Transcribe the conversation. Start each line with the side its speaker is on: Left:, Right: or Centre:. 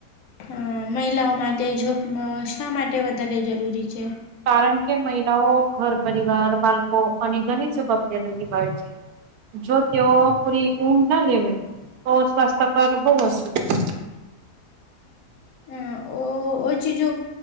Left: અ મહિલાઓ માટે જોબ શા માટે વધારે જરૂરી છે?
Right: કારણ કે મહિલાઓ ઘર, પરિવાર, બાળકો અને ઘણી જવાબદારીઓ નિભાવે છે. જો તેઓ પૂરી ઊંઘ ના લેવે, તો સ્વાસ્થ્ય પર બહુ અસર થ
Left: અ ઓછી જુપ